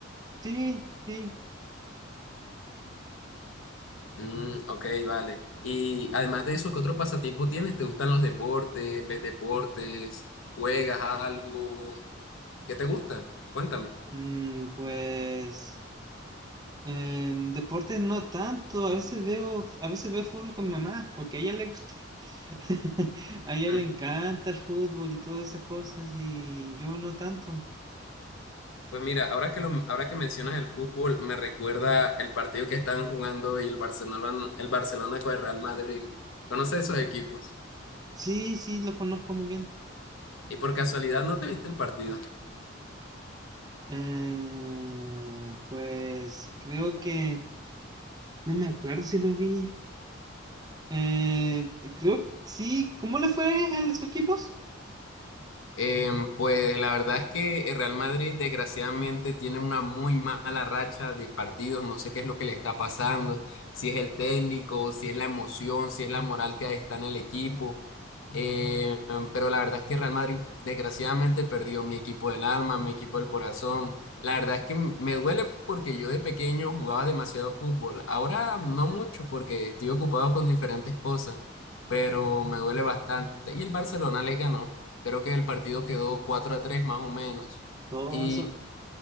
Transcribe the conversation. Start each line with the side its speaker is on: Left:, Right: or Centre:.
Right: Sí, sí.
Left: Mm, ok, vale. Y además de eso, ¿qué otro pasatiempo tienes? ¿Te gustan los deportes? ¿Ves deportes? ¿Juegas algo? ¿Qué te gusta? Cuéntame.
Right: Mm, pues en deporte no tanto, a veces veo, a veces veo fútbol con mi mamá, porque a ella le gusta, <laughs> a ella
Left: Ujú.
Right: le encanta el fútbol y todas esas cosas, y yo no tanto.
Left: Pues mira, ahora que lo, ahora que mencionas el fútbol, me recuerda el partido que estaban jugando y el Barcelona, el Barcelona con el Real Madrid. ¿Conoces esos equipos?
Right: Sí, sí, lo conozco muy bien.
Left: Y por casualidad no te viste el partido.
Right: Eh, pues creo que, no me acuerdo si lo vi. Eh, creo, sí, ¿cómo le fue a esos equipos?
Left: Em, pues la verdad es que el Real Madrid desgraciadamente tiene una muy mala racha de partidos, no sé qué es lo que le está pasando, si es el técnico, si es la emoción, si es la moral que está en el equipo, Em, pero la verdad es que Real Madrid desgraciadamente perdió mi equipo del alma, mi equipo del corazón, la verdad es que m- me duele porque yo de pequeño jugaba demasiado fútbol, ahora no mucho porque estoy ocupado con diferentes cosas, pero me duele bastante y el Barcelona le ganó. Creo que el partido quedó 4 a 3 más o menos.
Right: oh
Left: Y